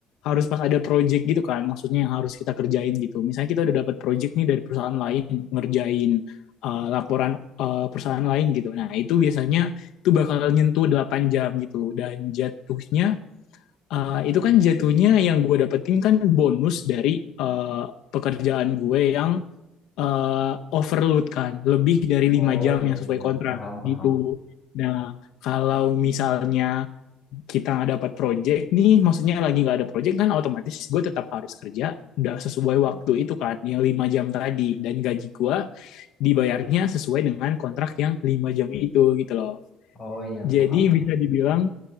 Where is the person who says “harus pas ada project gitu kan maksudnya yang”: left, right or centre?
Left